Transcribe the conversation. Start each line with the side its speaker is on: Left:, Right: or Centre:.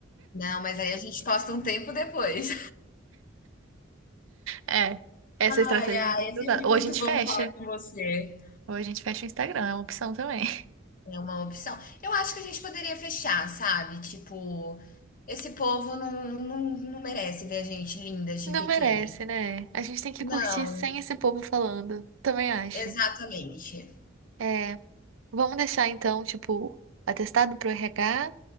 Left: Não, mas aí a gente posta um tempo depois.
Right: É. Essa estratégia
Left: Ai, ai,
Right: vai ter que
Left: é
Right: ser
Left: sempre
Right: usada.
Left: muito
Right: Ou a gente
Left: bom
Right: fecha.
Left: falar com você.
Right: Ou a gente fecha o Instagram, é uma opção também.
Left: É uma opção. Eu acho que a gente poderia fechar, sabe? Tipo, esse povo não, não, não merece ver a gente linda
Right: <laughs>
Left: de
Right: Não
Left: biquíni.
Right: merece, né? A gente tem que
Left: Não,
Right: curtir sem esse povo falando. Também acho.
Left: exatamente.
Right: É. Vamos deixar então, tipo, atestado pro RH